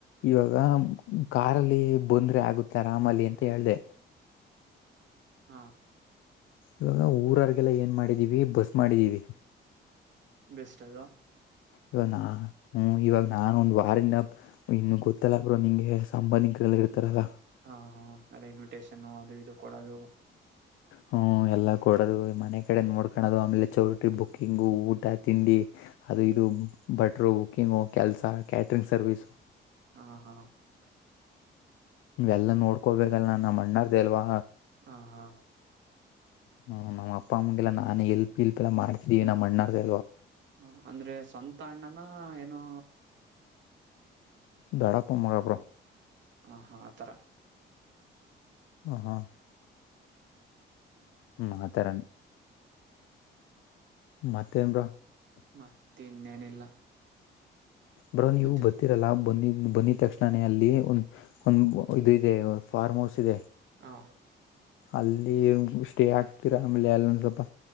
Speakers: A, on the left (about 85°); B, on the right (about 65°).
A: ಇವಾಗ ಕಾರಲ್ಲಿ ಬಂದ್ರೆ ಆಗುತ್ತೆ ಆರಾಮಲಿ ಅಂತ ಹೇಳ್ದ
B: ಹಾ
A: ಇವಾಗ ಊರರ್ಗೆಲ್ಲ ಏನ್ ಮಾಡಿದೀವಿ ಬಸ್ ಮಾಡಿದೀವಿ
B: ಬೆಸ್ದಾ
A: ಇವಾಗ ನಾ ಹ್ಮ ಇವಾಗ ನಾನನ್ ಒಂದ್ ವಾರದಿಂದ ಇನ್ನು ಗೊತ್ತಲ್ಲ ಬ್ರೋ ನಿಂಗೆ ಸಂಬಂಧ ಕಲ್ಲಿ ಇಿಡ್ತಾರೆಲ್ಲ
B: ಹಾ ಹಾ ಎಲ್ಲ ಇನ್ವಿಟೇಷನ್ ಅದು ಇದು ಕೊಡದು
A: ಹ್ಮ ಎಲ್ಲ ಕೊಡೋದು ಮನೆ ಕಡೆ ನೋಡ್ಕಳೋದು ಆಮೇಲೆ ಚೌಟ್ರಿ ಬುಕ್ಕಿಂಗ್ ಊಟ ತಿಂಡಿ ಅದು ಇದು ಬಟ್ರೋ ಬುಕ್ಕಿಂಗು ಕೆಲ್ಸ ಕ್ಯಾಟ್ರಂಗ್ ಸರ್ವಿಸಸು
B: ಹಾ ಹಾ
A: ಎಲ್ಲ ನೋಡ್ಕೋಬೇಕಲ್ಲ ನ ನಮ್ಮ ಅಣ್ಣಾರ್ದ ಅಲ್ವಾ
B: ಹಾ ಹಾ
A: ಹ್ಮ ನಮ್ಮ ಅಪ್ಪ ಅಮ್ಮಗೆಲ್ಲ ನಾನ್ ಎಲ್ಪ್ ಇಲ್ಪ್ ಎಲ್ಲ ಮಾಡ್ತಿದೀವಿ ನಮ್ಮ ಅಣ್ಣಾರ
B: ಹ ಅಂದ್ರೆ ಸ್ವಂತ ಅಣ್ಣನ ಏನೋ
A: ದಡಾಪ್ಪಮ್ಮಗೆಪರ
B: ಹ ಹಾ ಆತರ
A: ಹ ಹಾ ಹ್ಮ್ ಆತರ ಮರ
B: ಮತ್ತೆ ಇನ್ನೇನಿಲ್ಲ
A: ಬ್ರೋನ್ ನೀವು
B: ಮತ್ತೆ
A: ಬರ್ತ್ತೀರಲ್ಲಾ ಬಂದಿದ್ದ ಬಂದಿದ ತಕ್ಷಣೇ ಅಲ್ಲಿ ಒ ಒಂದ ಇದು ಇದೆ ಫಾರ್ಮ್ ಹೌಸ್ ಇದೆ
B: ಹಾ
A: ಅಲ್ಲಿ ಸ್ಟೇ ಆಗ್ತೀರಾ ಆಮೇಲೆ ಅಲ್ಲೊಂದ ಸ್ವಲ್ಪ